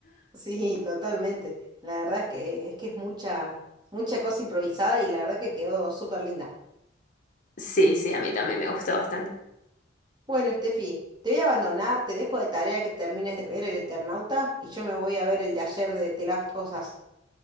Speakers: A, on the right (about 25°); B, on the left (about 45°).
A: Sí, totalmente. La verdad es que es que es mucha, mucha cosa improvisada y la verdad que quedó súper linda.
B: sí, sí, a mí también me gustó bastante.
A: Bueno, Estefi, te voy a abandonar, te dejo de tarea que termines de ver el Eternauta y yo me voy a ver el de ayer de The Last of Us.